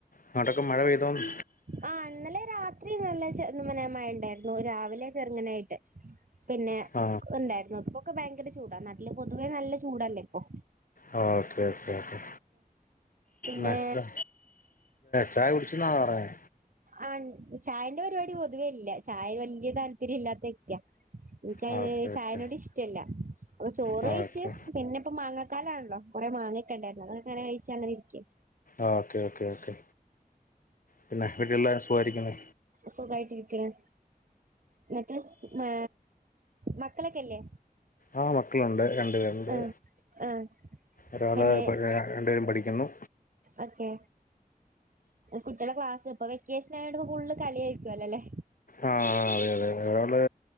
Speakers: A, on the left (about 60°); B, on the right (about 60°).
A: അങ്ങോട്ടൊക്ക മഴപെയ്തോന്ന്
B: ആ ഇന്നലെ രാത്രി നല്ല മഴ ഇണ്ടായിരുന്നു രാവിലെ ചെറുങ്ങനായിട്ട് പിന്നെണ്ടായിരുന്നു
A: ആ
B: ഇപ്പൊക്കെ ഭയങ്കര ചൂടാ നാട്ടില് പൊതുവേ നല്ല ചൂടല്ലേ ഇപ്പൊ
A: ആ ഓക്കെ ഓക്കെ ഓക്കെ
B: പിന്നെ
A: നാട്ടില് ചായ കുടിച്ചുന്നാണോ പറഞ്ഞെ
B: ആഹ് ചായന്റെ പരിപാടി പൊതുവേല്ല ചായ വല്യേ താല്പര്യം ഇല്ലാത്ത വ്യക്തിയാ എൻക്ക്
A: ആ ഓക്കെ
B: ചായനോട്
A: ഓക്കെ
B: ഇഷ്ടല്ല അപ്പൊ ചോറ്
A: ആ
B: കഴിച്ച്
A: ഓക്കെ
B: പിന്നെ ഇപ്പ മാങ്ങക്കാലാണല്ലോ കുറെ മാങ്ങയിട്ടണ്ടായിരുന്നു അതങ്ങനെ കഴിച്ചാങ്ങനെ ഇരിക്ക
A: ആഹ് ഓക്കെ ഓക്കേ ഓക്കേ പിന്നെ വീടില്ലരും സുഖാരിക്കുന്ന
B: സുഖമായിട്ടിരിക്കുന്നു ങ്ങട്ട് മ മക്കളൊക്കെല്ലേ
A: ആഹ് മക്കളുണ്ട് രണ്ടു പേരു ടെ
B: ആ ആ
A: ഒരാള്
B: പിന്നെ
A: രണ്ടുപേരും പഠിക്കുന്നു
B: ഓക്കെ കുട്ടികളെ ക്ലാസ് ഇപ്പ വെക്കേഷൻ ആയി ഫുള്ള് കളിയ ആയിരിക്കുല്ലോ അല്ലേ
A: ആഹ് അതെ അതെ തെ ഒരാള്